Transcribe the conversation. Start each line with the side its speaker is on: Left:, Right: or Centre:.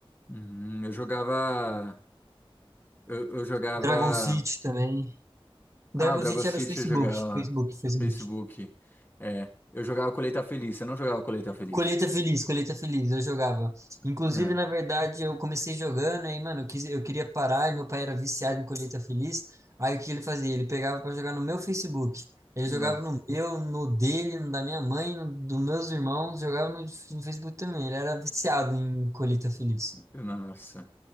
Left: Uhum, eu jogava. Eu, eu jogava.
Right: Dragon City também. Dragon
Left: Ah, o Dragon
Right: City
Left: City
Right: era os Facebook,
Left: eu jogava
Right: Facebook, Facebook.
Left: no Facebook. É, eu jogava Colheita Feliz, eu não jogava Colheita Feliz.
Right: Colheita Feliz, Colheita Feliz, eu jogava. Inclusive,
Left: Não,
Right: na verdade, eu comecei jogando, aí, mano, eu, quis, eu queria parar, e meu pai era viciado em Colheita Feliz. Aí o que ele fazia? Ele pegava pra jogar no meu Facebook. Ele
Left: nossa,
Right: jogava no meu, no dele, no da minha mãe, no dos meus irmãos, jogava no, no Facebook também. Ele era viciado em Colheita Feliz.
Left: nossa.